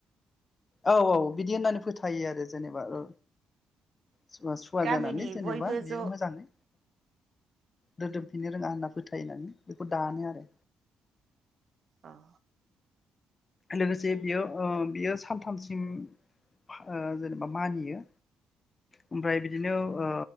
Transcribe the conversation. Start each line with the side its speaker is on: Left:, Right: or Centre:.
Left: औ औ बिदि होननानै फोथायो आरो जेनेबा ओ। सुव सुवा
Right: गामिनि
Left: जानानै जेनेबा
Right: बयबो
Left: बेयो
Right: ज'
Left: मोजाङै रोदोमफिननो रोङा होनना फोथायनानै बेखौ दानो आरो।
Right: अह।
Left: लोगोसे बियो ओ बियो सानथामसिम ओ जेनेबा मानियो ओमफ्राय बिदिनो ओ